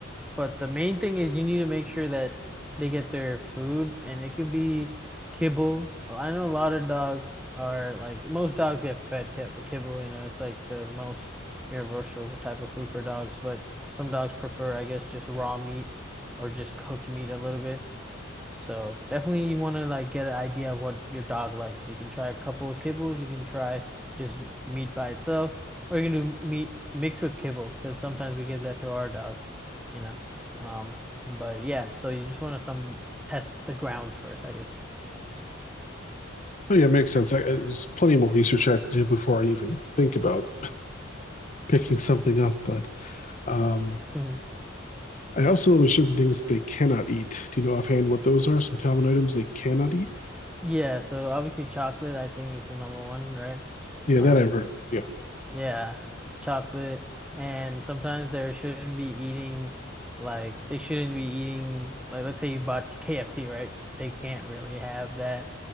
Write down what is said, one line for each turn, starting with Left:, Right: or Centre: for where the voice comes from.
Centre: But the main thing is you need to make sure that they get their food, and it could be kibble. I know a lot of dogs are like most dogs get fed kib- kibble. You know, it's like the most universal type of food for dogs. But some dogs prefer, I guess, just raw meat or just cooked meat a little bit. So definitely you want to like get an idea of what your dog likes. You can try a couple of kibbles, you can try just meat by itself, or you can do meat mixed with kibble because sometimes we give that to our dog, you know. Um, but yeah, so you just want to some test the grounds first, I guess.
Left: Oh, yeah, it makes sense. I, I- there's plenty more research I have to do before I even think about picking something up. But um,
Centre: Mhm.
Left: I also know there's certain things they cannot eat. Do you know offhand what those are? Some common items they cannot eat?
Centre: Yeah, so obviously chocolate I think is the number one, right?
Left: Yeah,
Centre: Um,
Left: that I've heard. Yeah.
Centre: Yeah, chocolate. And sometimes they shouldn't be eating, like, they shouldn't be eating, like, let's say you bought KFC, right? They can't really have that.